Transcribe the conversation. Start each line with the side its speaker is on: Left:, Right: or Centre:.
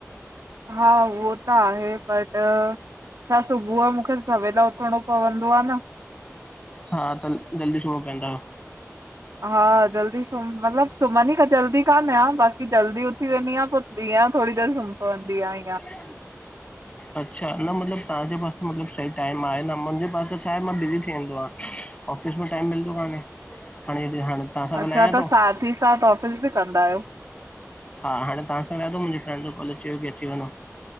Right: हा उहो त आहे बट छा सुबुह जो मूंखे सवेल उथणो पवंदो आ न।
Left: हा त जल्दी सुबह‌ पवंदा आयो।
Right: हा जल्दी सुम मतलब सुमंदी त जल्दी कान आयां बाक़ी जल्दी उथी वेंदी आहियां पो दीया थोरी देर सुम्ही पवंदी आ।
Left: <inaudible> अच्छा हिन जो मतिलबु तां जे पासे मतिलबु सही टाइम आहे, न मुंहिंजे पास छा आहे न मां बिज़ी थी वेंदो आ। ऑफिस में टाइम मिलंदो काने, हाणे ज हाणे तव्हां सां ॻाल्हायां
Right: अच्छा, त
Left: थो
Right: साथ भी साथ ऑफ़िस बि कंदा आहियो।
Left: हा हाणे तां सां ॻाल्हा थो, मुहिंजी फ्रैंड जो कॉल अची चयो बि कॉल अची वेञो